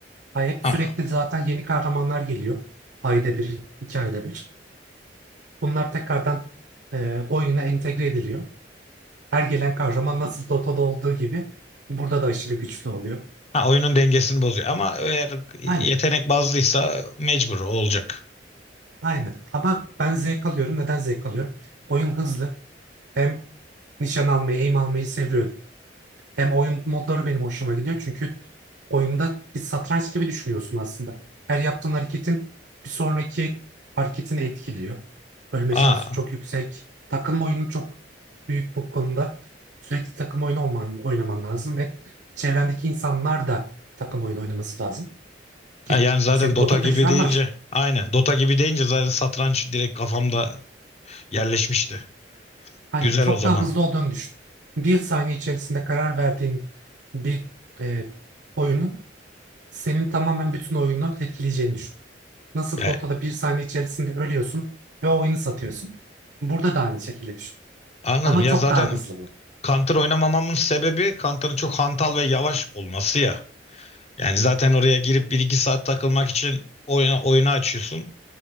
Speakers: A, on the right; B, on the left.
A: Ay hep
B: Ha,
A: sürekli zaten yeni kahramanlar geliyor. Ayda bir, iki ayda bir. Bunlar tekrardan e, oyuna entegre ediliyor. Her gelen kahraman nasıl Dota'da olduğu gibi burada da aşırı güçlü oluyor.
B: ha, oyunun dengesini bozuyor ama eğer yetenek
A: Aynen,
B: bazlıysa mecbur olacak.
A: aynen. Ama ben zevk alıyorum. Neden zevk alıyorum? Oyun hızlı. Hem nişan almayı, aim almayı seviyorum. Hem oyun modları benim hoşuma gidiyor çünkü oyunda bir satranç gibi düşünüyorsun aslında. Her yaptığın hareketin bir sonraki hareketini etkiliyor. Ölme
B: Ha,
A: şansı çok yüksek. Takım oyunu çok büyük bu konuda. Sürekli takım oyunu olman, oynaman lazım ve çevrendeki insanlar da takım oyunu oynaması lazım. Ki
B: ha, yani zaten
A: senin
B: Dota
A: Dota
B: gibi
A: tecrüben
B: deyince
A: var.
B: Aynen. Dota gibi deyince zaten satranç direkt kafamda Yerleşmişti.
A: Aynen
B: Güzel
A: çok
B: o zaman.
A: daha hızlı olduğunu düşün. Bir saniye içerisinde karar verdiğin bir e, oyunun senin tamamen bütün oyunu etkileyeceğini düşün. Nasıl
B: Ya,
A: Dota'da bir saniye içerisinde ölüyorsun ve o oyunu satıyorsun. Burada da aynı şekilde düşün.
B: anladım.
A: Ama
B: Ya
A: çok
B: zaten
A: daha hızlı bu.
B: Counter oynamamamın sebebi Counter'ın çok hantal ve yavaş olması ya. Yani zaten oraya girip bir iki saat takılmak için oyunu, oyunu açıyorsun.